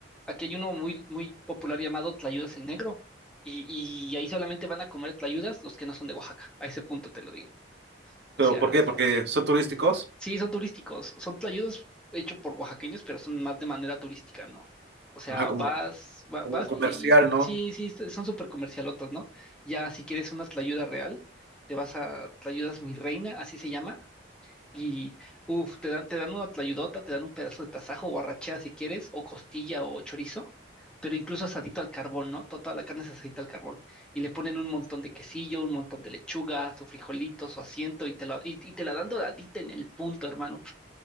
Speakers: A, in the centre; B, on the right (about 60°).
A: aquí hay uno muy, muy popular llamado Tlayudas el Negro y, y ahí solamente van a comer tlayudas los que no son de Oaxaca, a ese punto te lo digo. O
B: pero
A: sea,
B: ¿por qué? Porque son turísticos,
A: sí, son turísticos, son tlayudas hechos por oaxaqueños, pero son más de manera turística, ¿no? O sea,
B: ajá, como,
A: vas, va-
B: como
A: vas
B: comercial,
A: y
B: ¿no?
A: sí, sí, son súper comercialotas, ¿no? Ya si quieres una tlayuda real, te vas a Tlayudas Mi Reina, así se llama y, uff, te dan, te dan una tlayudota, te dan un pedazo de tasajo o arrachera si quieres, o costilla o chorizo, pero incluso asadito al carbón, ¿no? To- Toda la carne es asadita al carbón. Y le ponen un montón de quesillo, un montón de lechuga, su frijolito, su asiento, y te la, y, y te la dan doradita en el punto, hermano.